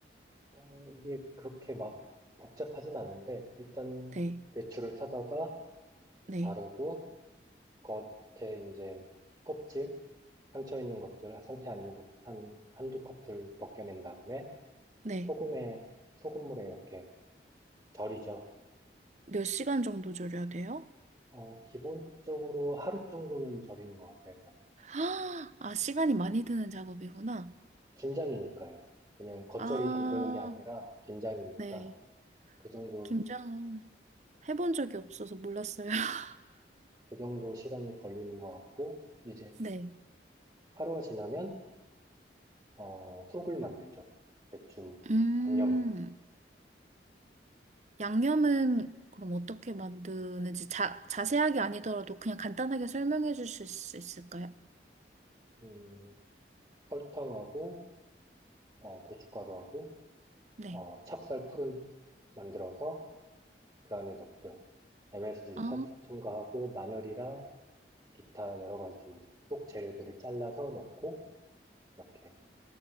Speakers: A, on the right; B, on the right.
A: 어, 이게 그렇게 막 복잡하진 않은데 일단
B: 네,
A: 배추를 사다가
B: 네,
A: 자르고 겉에 이제 껍질, 상처 있는 것들, 상태 안 좋은 것들 한, 한두 커플 벗겨낸 다음에
B: 네.
A: 소금에, 소금물에 이렇게 절이죠.
B: 몇 시간 정도 절여야 돼요?
A: 어, 기본적으로 하루 정도는 절이는 것 같아요, 저는.
B: <gasps> 아, 아, 시간이 많이 드는 작업이구나.
A: 김장이니까요. 그냥 겉절이
B: 아,
A: 담그는 게 아니라 김장이니까
B: 네.
A: 그 정도,
B: 김장 해본 적이 없어서 몰랐어요. <laughs>
A: 그 정도 시간이 걸리는 것 같고, 이제
B: 네.
A: 하루가 지나면, 어, 속을 만들죠. 배추,
B: 음.
A: 양념,
B: 양념은 그럼 어떻게 만드는지 자, 자세하게 아니더라도 그냥 간단하게 설명해 주실 수 있을까요?
A: 음, 설탕하고, 어, 고춧가루하고,
B: 네.
A: 어, 찹쌀 풀을 만들어서 그 안에 넣고요. MSG
B: 아,
A: 살짝 첨가하고 마늘이랑 기타 여러 가지 이제 속 재료들을 잘라서 넣고 이렇게